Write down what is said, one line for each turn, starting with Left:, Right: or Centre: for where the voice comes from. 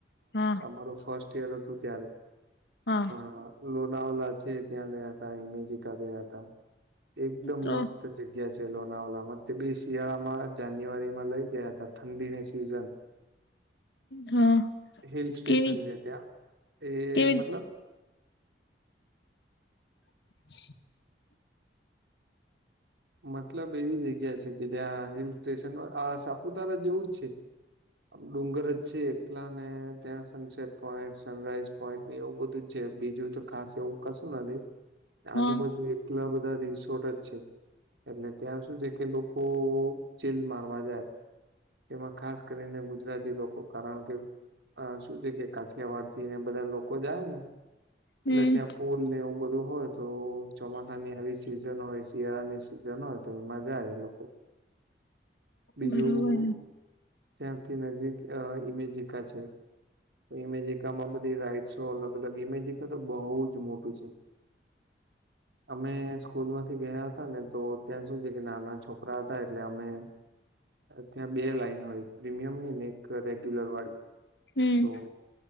Left: હા
Right: મારું ફર્સ્ટ ઈયર હતું ત્યારે
Left: હા
Right: પણ લોનાવલા છે ત્યાં ગયા તા અ ઈમેજીિકા ગયા હતા એકદમ
Left: તો
Right: મસ્ત જગ્યા છે લોનાવલામાં તે બી શિયાળામાં જાન્યુઆરીમાં લઇ ગયા હતા ઠંડીની સીઝન
Left: હા
Right: હિલ સ્ટેશન
Left: કેવી
Right: જે ત્યા એ
Left: કેવી
Right: મતલબ
Left: <inaudible>
Right: મતલબ એવી જગ્યા છે કે જ્યાં હિલ સ્ટેશન આ સાપુતારા જેવું જ છે આમ ડુંગર જ છે એકલા ને ત્યાં સનસેટ પોઈન્ટ સનરાઈઝ પોઈન્ટ એવું બધું છે બીજું તો ખાસ એવું કશું નથી આજુબાજુ
Left: હા
Right: એલા બધા રિસોર્ટ જ છે એટલે ત્યાં સુું છે કે લોકો ચીલ મારવા જાય. તેમાં ખાસ કરીને ગુજરાતી લોકો કારણ કે આ શું છે કે કાઠિયાવાડ થી ને બધા લોકો જાય ને એટલે
Left: હમ
Right: ત્યાં પુલ ને એવું બધું હોય તો ચોમાસાની આવી સિઝન હોય છે ની સિઝન હોય તો એમાં જાય લોકો બીજું
Left: બરોબર
Right: ત્યાારથી નજીક ઇમેજિકા છે. ઇમેજિકામાં બધી રાઈડસો અલગ અલગ ઇમેજિકા તો બહુ જ મોટું છે. અમે સ્કૂલ માંથી ગયા હતા ને તો ત્યાં શું છે કે નાના છોકરા હતા એટલે અમે ત્યાં બે લાઈન હોય પ્રીમિયમ ની ને એક રેગ્યુલર વાળી.
Left: હમ્મ.
Right: તો